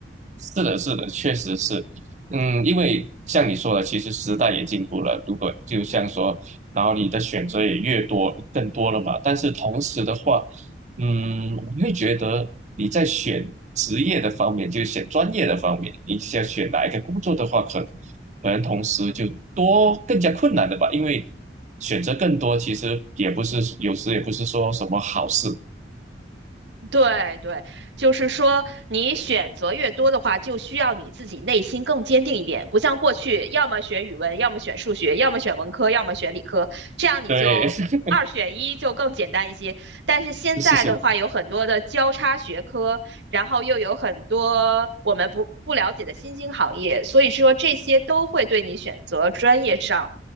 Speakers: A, on the right; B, on the right.
A: 是的，是的，确实是，嗯，因为像你说的，其实时代也进步了，如果就像说，然后你的选择也越多，更多了嘛。但是同时的话，嗯，我会觉得你在选职业的方面，就是选专业的方面，你想选哪一个工作的话，可能可能同时就多更加困难的吧，因为选择更多，其实也不是有时也不是说什么好事。
B: 对对，就是说你选择越多的话，就需要你自己内心更坚定一点，不像过去，要么选语文，要么选数学，要么选文科，要么选理科，这样你就二选一就更简单一些。
A: 对，<laughs> 是
B: 但是现在的话，
A: 是是。
B: 有很多的交叉学科，然后又有很多我们不不了解的新兴行业，所以说这些都会对你选择专业上